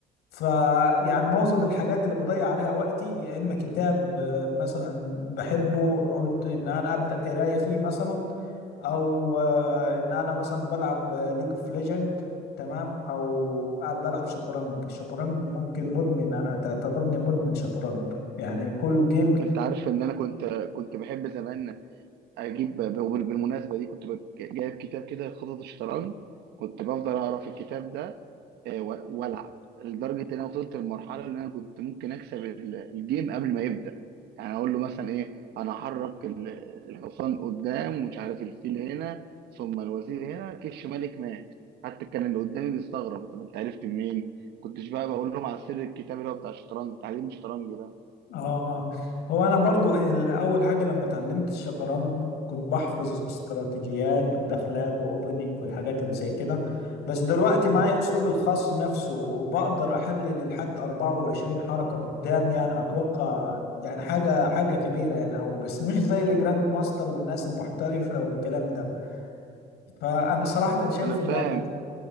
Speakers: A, on the left; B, on the right.
A: فيعني معظم الحاجات اللي بضيع عليها وقتي يا اما كتاب آه، مثلا بحبه قلت ان انا ابدا قرايه فيه مثلا او آه، ان انا مثلا بلعب ليج اوف ليجند تمام او بلعب شطرنج الشطرنج ممكن مدمن انا تعتبرني مدمن شطرنج يعني كل جيم
B: انت عارف ان انا كنت كنت بحب زمان اجيب بالمناسبه دي كنت بك- جايب كتاب كده خطط الشطرنج كنت بفضل اقرا في الكتاب ده آه، و- والعب لدرجه ان انا وصلت للمرحله ان انا كنت ممكن اكسب ال- الجيم قبل ما يبدا يعني اقول له مثلا ايه انا هحرك ال- الحصان قدام ومش عارف الفيل هنا ثم الوزير هنا كش ملك مات حتى كان اللي قدامي بيستغرب طب انت عرفت منين كنتش بقى بقول لهم على سر الكتاب اللي هو بتاع الشطرنج تعليم الشطرنج ده
A: اه اه هو انا برضو ال- اول حاجه لما اتعلمت الشطرنج كنت بحفظ استراتيجيات ودخلات واوبننج والحاجات اللي زي كده بس دلوقتي معايا اسلوبي الخاص نفسه وبقدر احلل لحد 24 حركه قدام يعني اتوقع يعني حاجه حاجه كبيره يعني او بس مش زي الجراند ماستر والناس المحترفه والكلام ده فانا صراحه شايف
B: انا
A: ان
B: فاهم